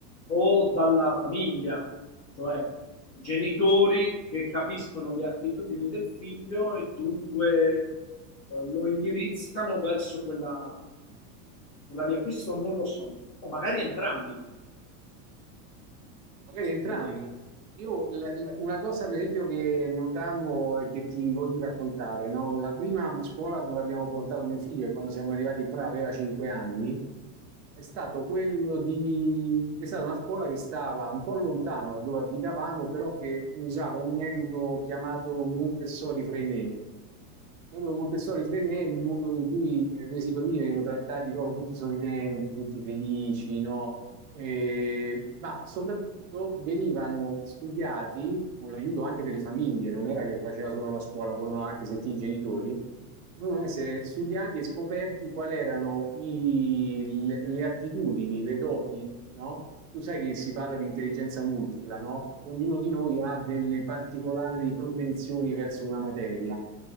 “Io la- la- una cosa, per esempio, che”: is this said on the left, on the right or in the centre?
Right